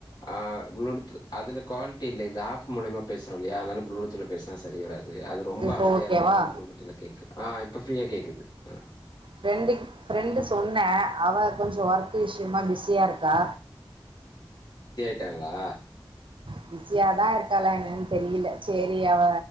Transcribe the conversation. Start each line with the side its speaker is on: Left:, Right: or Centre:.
Left: ஆ ப்ளூடூத் அதுல குவாலிட் டி இல்ல இது ஆப் மூல்யமா பேசறோல்லையா அதனால ப்ளூடூத்ல பேசுனா சரி வராது து அது ரொம்ப
Right: இப்போ
Left: அமைதிய
Right: ஓகேவா
Left: இருந்தாதா ப்ளூடூத்துல கேக்கு ஆ இப்போ ஃப்ரீயா கேக்குது ஆ
Right: ஃப்ரெண்டுக் ஃப்ரெண்டு சொன்னே அவ கொஞ்ச ஒர்க் விஷ் ஷ்யமா பிஸியா இருக்கா
Left: ட்டாங்களா
Right: பிஸியாதா இருக்காளா என்னன் தெரியல செரி அவ